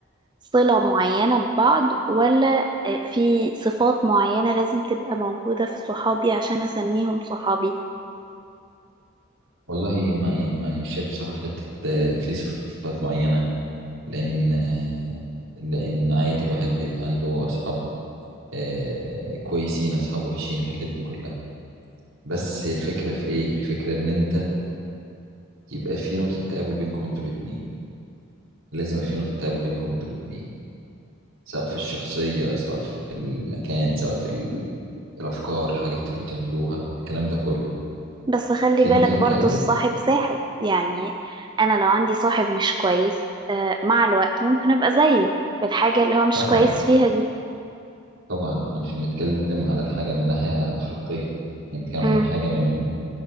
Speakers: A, on the right; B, on the right.
A: صلة معينة ببعض ولا في صفات معينة لازم تبقى موجودة في صحابي عشان اسميهم صحابي
B: والله ما يعني ما مش شايف بصراحة حتة آه، في صفات معينة لان آه، لان عادي الواحد بيبقى عنده اصحاب آه، كويسين اصحاب وحشين الحاجات دي كلها بس هي الفكرة في ايه الفكرة ان انت يبقى في نقطة تقابل بينكم انتوا الاتنين لازم يبقى في نقطة تقابل بينكم انتوا الاتنين سواء في الشخصية سواء في المكان سواء في الافكار حاجه بتحبوا تعملوها الكلام ده كله
A: بس خلي
B: في
A: بالك
B: نقطه تقابل
A: برضو الصاحب ساحب يعني انا لو عندي صاحب مش كويس آه، مع الوقت ممكن ابقى زيه في الحاجة اللي هو مش
B: طبعا
A: كويس فيها دي
B: طبعا احنا مش بنتكلم على الحاجه من ناحيه اخلاقيه احنا بنتكلم
A: امم
B: على حاجه من